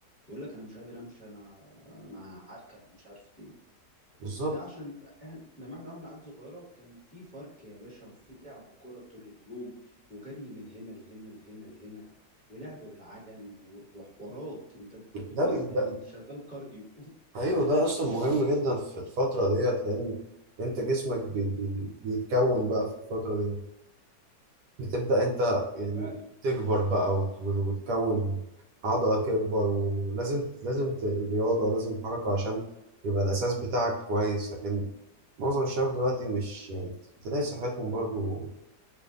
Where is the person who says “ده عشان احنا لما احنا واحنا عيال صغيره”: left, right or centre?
Centre